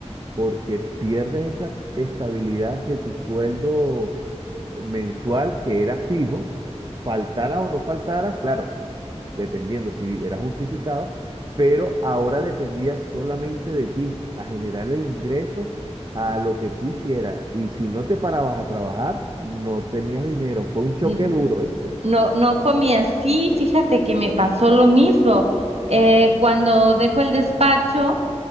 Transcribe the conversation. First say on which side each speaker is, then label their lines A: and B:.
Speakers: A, on the right (about 40°); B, on the right (about 65°).
A: porque pierdes esa estabilidad de tu sueldo eh, mensual que era fijo, faltara o no faltara, claro, dependiendo si era justificado, pero ahora dependía solamente de ti, a generar el ingreso a lo que tú hicieras. Y si no te parabas a trabajar, no tenías dinero. Fue un choque
B: N-
A: duro, ¿viste?
B: No, no comía así. Fíjate que me pasó lo mismo. Eh, cuando dejo el despacho.